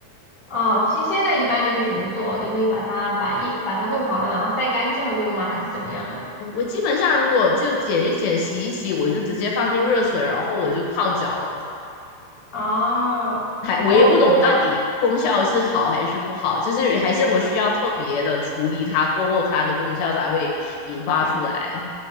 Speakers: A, on the left; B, on the left.
A: 哦，新鲜的一般你会怎么做？你会把它把叶把它弄好了，然后晒干之后用吗？还是怎么样的？
B: 我基本上如果就剪一剪、洗一洗，我就直接放进热水，然后我就泡脚了。
A: 哦，
B: 还我也不懂到底功效是好还是不好，
A: 我我
B: 就是还是我需要特别的处理它，过后它的功效才会引发出来